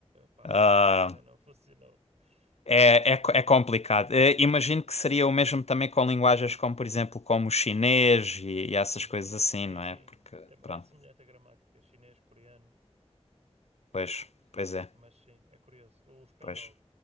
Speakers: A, on the right; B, on the left.
A: pá,
B: Ah,
A: ainda não, ainda não <laughs> funcionou.
B: é,
A: Ahm,
B: é, co- é complicado. Eh, imagino
A: é.
B: que seria o mesmo também com linguagens como, por exemplo, como o chinês e, e essas
A: Uhum.
B: coisas assim,
A: Sim,
B: não
A: sim,
B: é? Porque, pronto,
A: é, é semelhante à gramática chinês, coreano.
B: pois, pois é,
A: Mas sim, é curioso. O espanhol
B: pois.